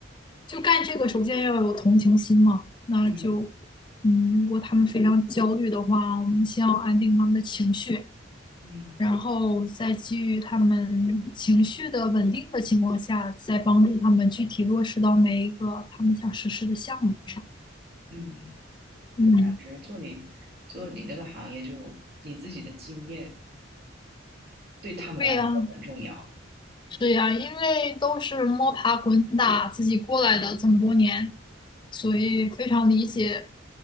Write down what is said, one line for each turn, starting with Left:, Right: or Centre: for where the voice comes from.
Left: 就干这个，首先要有同情心嘛。那就
Right: 嗯
Left: 嗯，如果他们非常焦虑的话，我们先要安定他们的情绪，
Right: 嗯
Left: 然后再基于他们情绪的稳定的情况下，再帮助他们具体落实到每一个他们想实施的项目上。
Right: 嗯，
Left: 嗯，
Right: 就感觉做你做你这个行业就，你自己的经验对他们来说很重要。
Left: 对呀，是呀，因为都是摸爬滚打自己过来的这么多年，
Right: 嗯
Left: 所以非常理解。